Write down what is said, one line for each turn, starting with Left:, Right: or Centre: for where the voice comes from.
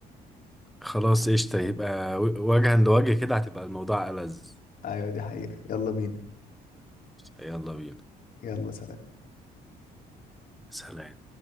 Centre: خلاص قشطة يبقى و- وجها لوجه كده هتبقى الموضوع ألذ
Left: ايوه دي حقيقة يلا بينا
Centre: يلا بينا
Left: يلا سلام
Centre: سلام